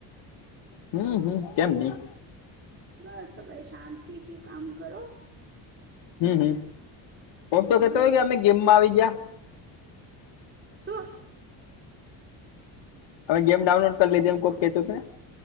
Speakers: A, on the left; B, on the right.
A: હમ હમ કેમ નહી.
B: બસ તો ભાઈ શાંતિથી કામ કરો.
A: હમ હમ ઓ
B: ભાઈ
A: તો કેતો કે અમે ગેમમાં આવી ગયા.
B: શું.
A: હવે ગેમ ડાઉનલોડ કરી લીધ એમ કોઈ કતુંને.